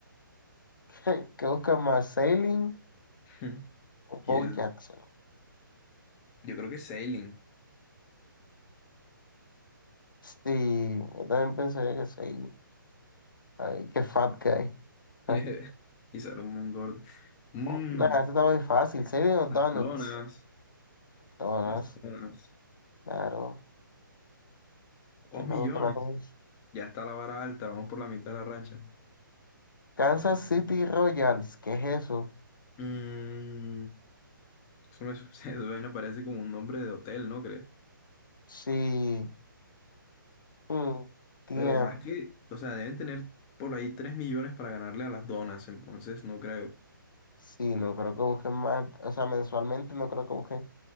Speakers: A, on the left; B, on the left.
A: <laughs> ¿Qué busca más, Sailing
B: <laughs>
A: o Bo
B: Y es-
A: Jackson?
B: yo creo que es Sailing.
A: Sí, yo también pensaría que Sailing. Ay, qué fat guy. Ah,
B: <laughs> Y sale un buen gordo. Mm,
A: oh, Nada, esto está muy fácil. Sailing o Donuts.
B: las donas.
A: Donuts,
B: Las donas.
A: claro.
B: Dos
A: ¿Quién
B: millones.
A: no le gustan las dos?
B: Ya está la vara alta. Vamos por la mitad de la racha.
A: Kansas City Royals, ¿qué es eso?
B: Mm, eso me, <laughs> eso me parece como un nombre de hotel, ¿no crees?
A: Sí, mm, tiem-
B: Pero más que, o sea, deben tener por ahí 3 millones para ganarle a las donas, entonces no creo.
A: Sí, no creo que busquen más, o sea, mensualmente no creo que busquen